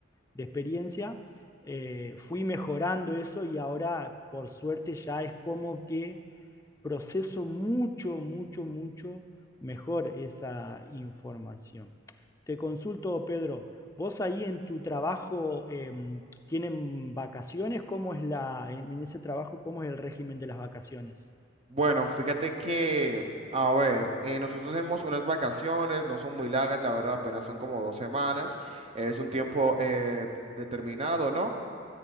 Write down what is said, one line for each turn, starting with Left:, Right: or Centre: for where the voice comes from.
Left: de experiencia, eh, fui mejorando eso y ahora, por suerte, ya es como que proceso mucho, mucho, mucho mejor esa información. Te consulto, Pedro, vos ahí en tu trabajo, em, ¿tienen vacaciones? ¿Cómo es la, en en ese trabajo, cómo es el régimen de las vacaciones?
Right: Bueno, fíjate que, a ver, eh, nosotros tenemos unas vacaciones, no son muy largas, la verdad, apenas son como dos semanas, es un tiempo eh, determinado, ¿no?